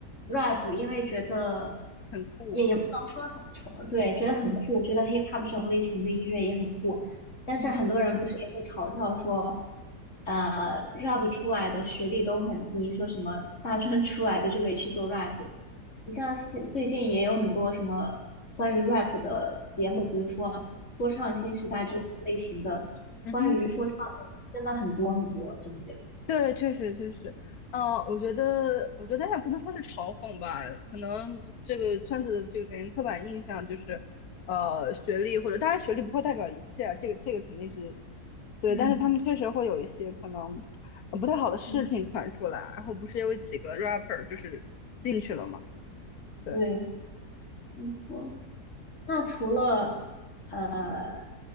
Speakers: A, on the left; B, on the left.
A: rap，因为觉得
B: 很酷。
A: 也也不能说很崇，对，觉得很酷，觉得 hip hop 这种类型的音乐也很酷。但是很多人不是也会嘲笑说，
B: 嗯
A: 呃，rap 出来的学历都很低，说什么大专出来的就可以去做 rap。你像现最近也有很多什么关于 rap 的节目，比如说说唱新时代这种类型的，
B: 嗯。嗯哼，
A: 关于说唱的真的很多很多这种节目。
B: 对，确实确实，呃，我觉得，我觉得也不能说是嘲讽吧，可能这个圈子的这个给人刻板印象就是，呃，学历或者当然学历不会代表一切啊这个这个肯定是对，
A: 嗯
B: 但是他们确实会有一些可能呃不太好的事情传出来，
A: 嗯，
B: 然后不是有几个 rapper 就是进去了嘛，对，
A: 对，没错。那除了呃，